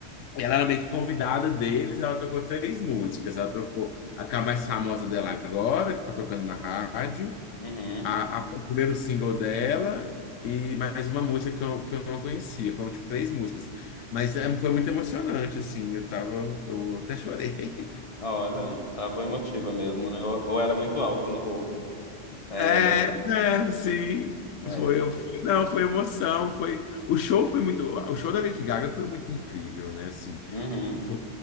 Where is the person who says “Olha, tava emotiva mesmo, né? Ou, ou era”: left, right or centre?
Left